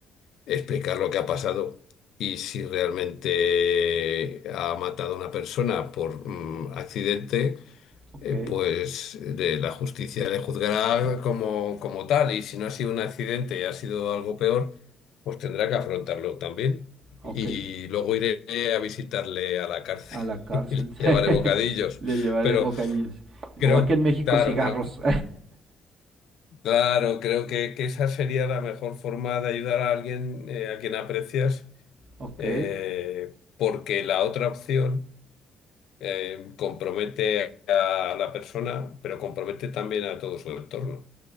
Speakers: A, on the left; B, on the right.
A: explicar lo que ha pasado. Y si realmente ha matado a una persona por mm, accidente,
B: ok,
A: eh, pues de la justicia le juzgará como, como tal y si no ha sido un accidente y ha sido algo peor, pues tendrá que afrontarlo también.
B: ok.
A: Y luego iré a visitarle a la cárcel
B: A la cárcel.
A: <laughs> y le llevaré
B: <laughs>
A: bocadillos.
B: Le llevaré
A: Pero
B: bocadillos.
A: creo,
B: O aquí en México
A: claro,
B: cigarros.
A: creo, claro, creo que, que esa sería la mejor forma de ayudar a alguien eh, a quien aprecias,
B: <laughs> ok.
A: eh, porque la otra opción eh, compromete a la persona, pero compromete también a todo su entorno.